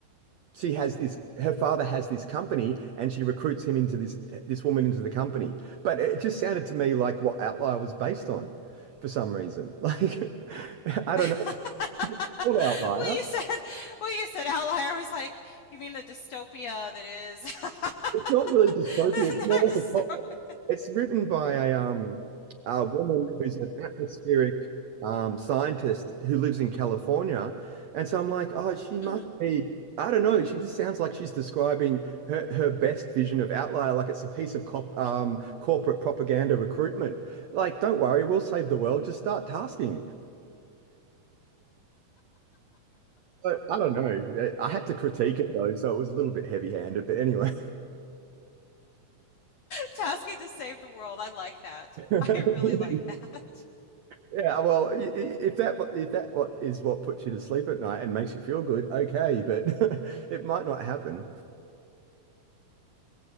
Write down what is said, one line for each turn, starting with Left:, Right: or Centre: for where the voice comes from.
Right: she has this, her father has this company and she recruits him into this, this woman into the company. But it just sounded to me like what Outlier was based on for some reason. <laughs> Like, I
Left: <laughs>
Right: don't know. it's called Outlier.
Left: When you said when you said outlier, I was like, you mean the dystopia that is
Right: It's
Left: <laughs>
Right: not really dystopia.
Left: another
Right: It's more like
Left: dystopia.
Right: a pop. It's written by a um a woman who's an atmospheric um scientist who lives in California, and so I'm like, oh,
Left: <laughs>
Right: she must
Left: Mhm.
Right: be. I don't know. She just sounds like she's describing her, her best vision of Outlier, like it's a piece of cop, um, corporate propaganda recruitment. Like, don't worry, we'll save the world. Just start tasking. So, I don't know. I had to critique it though, so it was a little bit heavy-handed. But anyway.
Left: Tasking to save the world. I like that.
Right: <laughs>
Left: <laughs> I really like that.
Right: Yeah, well, i- i- if that what- if that what is what puts you to sleep at night and makes you feel good, okay, but <laughs> it might not happen.